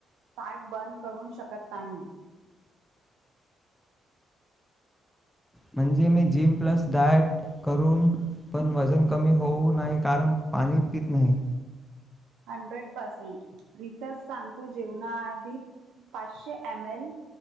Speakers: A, on the right; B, in the centre.
A: fat burn करू शकत नाही.
B: म्हणजे मी जिम प्लस डायट करून पण वजन कमी होऊ नाही कारण पाणी पित नाही.
A: हंड्रेड परसेंट रिसर्च सांगतो जेवणाआधी पाचशे एम एल